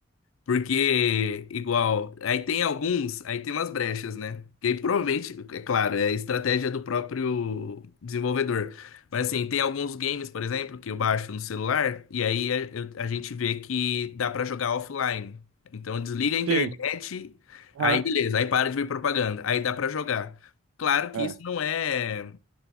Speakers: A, on the left; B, on the right.
A: Porque, igual, aí tem alguns, aí tem umas brechas, né? Que aí provavelmente, é claro, é estratégia do próprio desenvolvedor. Mas assim, tem alguns games, por exemplo, que eu baixo no celular, e aí a, eu- a gente vê que dá pra jogar offline. Então desliga a internet,
B: Sim. Aham.
A: aí beleza, aí para de ver propaganda, aí dá pra jogar. Claro que
B: É.
A: isso não é.